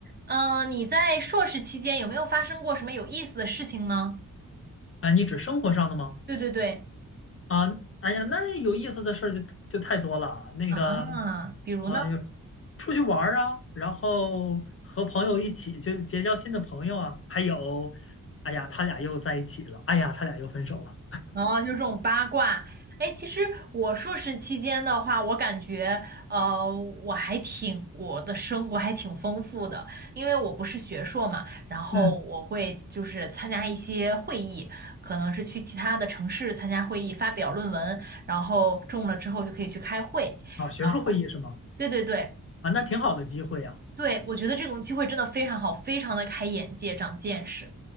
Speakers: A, on the right (about 30°); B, on the left (about 40°).
A: 嗯、呃你在硕士期间有没有发生过什么有意思的事情呢？
B: 啊，你指生活上的吗？
A: 对对对，
B: 啊，哎呀，那有意思的事儿就就太多了。那个，
A: 啊，比如呢？
B: 啊，有出去玩儿啊，然后和朋友一起就结交新的朋友啊，还有，哎呀，他俩又在一起了，哎呀，他俩又分手了。
A: 啊，就是这种八卦。哎，其实我硕士期间的话，我感觉，呃，我还挺，我的生活还挺丰富的，因为我不是学硕嘛，然后我会就是参加一些会议，
B: 嗯，
A: 可能是去其他的城市参加会议，发表论文，然后中了之后就可以去开会，
B: 啊，学术会议是吗？
A: 然后对对对，
B: 啊，那挺好的机会呀。
A: 对，我觉得这种机会真的非常好，非常的开眼界，长见识。